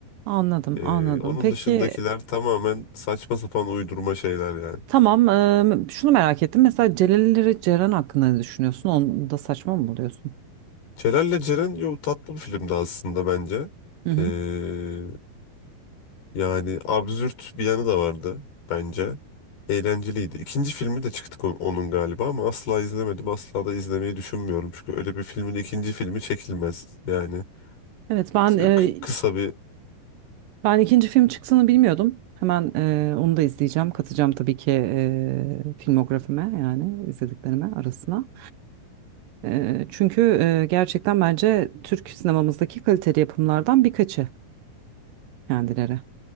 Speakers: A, on the right; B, on the left.
A: anladım
B: Ee,
A: anladım.
B: onun
A: Peki
B: dışındakiler tamamen saçma sapan uydurma şeyler yani.
A: Tamam, eee, şunu merak ettim. Mesela Celal Ceren hakkında ne düşünüyorsun? Onu da saçma mı buluyorsun?
B: Celal'le Ceren yok tatlı bir filmdi aslında bence.
A: Hı hı.
B: Ee, yani absürt bir yanı da vardı bence. Eğlenceliydi. İkinci filmi de çıktı on- onun galiba ama asla izlemedim. Asla da izlemeyi düşünmüyorum. Çünkü öyle bir filmin ikinci filmi çekilmez. Yani
A: Evet, ben
B: kı-
A: eee,
B: kı- kısa bir
A: ben ikinci film çıktığını bilmiyordum. Hemen eee, onu da izleyeceğim. Katacağım tabii ki eee, filmografime yani izlediklerime arasına. Eee, çünkü eee, gerçekten bence Türk sinemamızdaki kaliteli yapımlardan birkaçı kendileri.